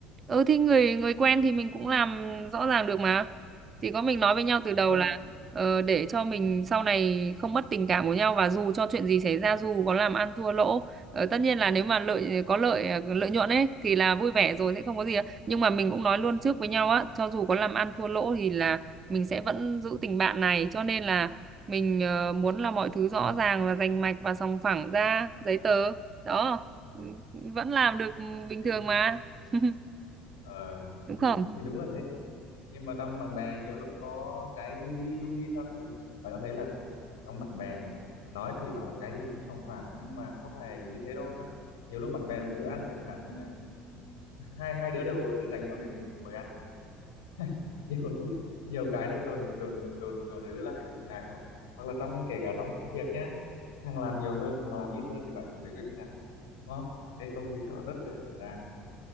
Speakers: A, on the right; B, on the left.
A: ừ thì người người quen thì mình cũng làm rõ ràng được mà chỉ có mình nói với nhau từ
B: Ờ,
A: đầu là ờ, để cho mình sau này không mất tình cảm của nhau và dù cho chuyện gì xảy ra dù có làm ăn thua lỗ ờ, tất nhiên là nếu mà lợi có lợi ờ, lợi nhuận ấy thì là vui vẻ rồi sẽ không có gì ạ. nhưng mà mình cũng nói luôn trước với nhau á cho dù có làm ăn thua lỗ thì là mình sẽ vẫn giữ tình bạn này cho nên là mình ờ, muốn là mọi thứ rõ ràng và rành mạch và sòng phẳng ra giấy tờ đó vẫn làm được bình
B: thì
A: thường mà <laughs>
B: ờ
A: đúng
B: thì
A: không
B: thì đúng là thế nhưng mà trong bạn bè nhiều lúc có cái du di du di sao rồi bạn có thấy là trong bạn bè nói thì bảo là cái gì cũng sòng phẳng nhưng mà có phải như thế đâu nhá nhiều lúc bạn bè bữa ăn chẳng hạn mà hai hai đứa đều dành nhau để đi mời ăn <laughs> nhiều lúc nhiều cái nó dồn dồn dồn dồn ứ lại một cái thôi hoặc là trong kể cả trong công việc nhá thằng làm nhiều hơn thằng làm ít hơn thì bạn giải quyết như nào đúng không cái công việc đó rất dễ xảy ra